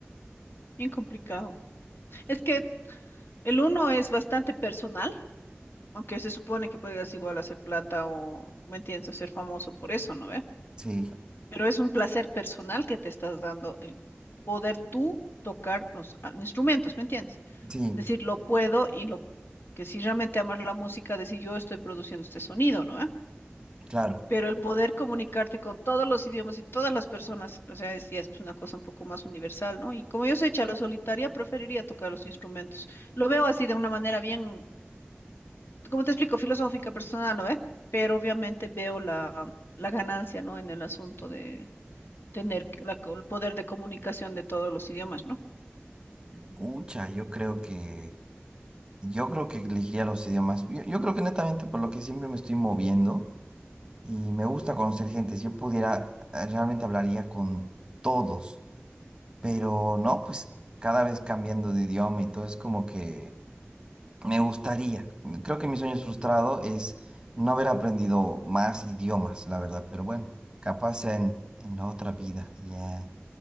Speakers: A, on the left; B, on the right.
A: bien complicado. Es que el uno es bastante personal, aunque se supone que podrías igual hacer plata o, ¿me entiendes?, o ser famoso por eso, ¿no ve?
B: Sí,
A: Pero es un placer personal que te estás dando el poder tú tocar los ah, instrumentos, ¿me entiendes?
B: sí,
A: Decir, lo puedo y lo que si realmente amas la música, decir, yo estoy produciendo este sonido, ¿no?
B: claro.
A: Pero el Claro. poder comunicarte con todos los idiomas y todas las personas, o sea, es, ya es pues, una cosa un poco más universal, ¿no? Y como yo soy chalo solitaria, preferiría tocar los instrumentos. Lo veo así de una manera bien, como te explico, filosófica, personal, ¿no? ¿Eh? Pero obviamente veo la, la ganancia, ¿no? En el asunto de tener la- el poder de comunicación de todos los idiomas, ¿no?
B: Ucha, yo creo que, yo creo que elegiría los idiomas. Yo, yo creo que netamente por lo que siempre me estoy moviendo. Y me gusta conocer gente. Si yo pudiera, eh, realmente hablaría con todos. Pero no, pues cada vez cambiando de idioma y todo es como que me gustaría. Creo que mi sueño frustrado es no haber aprendido más idiomas, la verdad. Pero bueno, capaz sea en, en la otra vida. Ya.